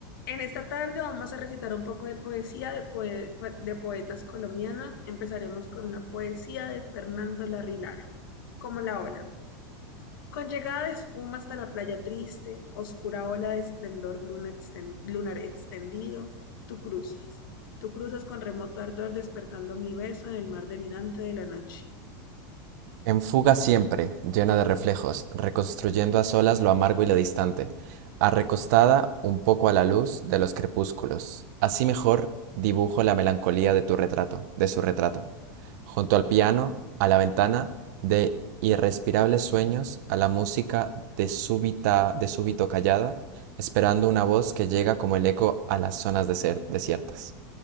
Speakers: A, on the left (about 70°); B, on the right (about 55°).
A: En esta tarde vamos a recitar un poco de poesía de, poe- po- de poetas colombianos. Empezaremos con una poesía de Fernando Larrilara, como la ola. Con llegada de espuma hasta la playa triste, oscura ola de esplendor luna exten- lunar extendido, tú cruzas. Tú cruzas con remoto ardor despertando mi beso en el mar delirante de la noche.
B: En fuga siempre, llena de reflejos, reconstruyendo a solas lo amargo y lo distante, arrecostada un poco a la luz de los crepúsculos. Así mejor dibujo la melancolía de tu retrato, de su retrato. Junto al piano, a la ventana, de irrespirables sueños, a la música de súbita, de súbito callada, esperando una voz que llega como el eco a las zonas deser- desiertas.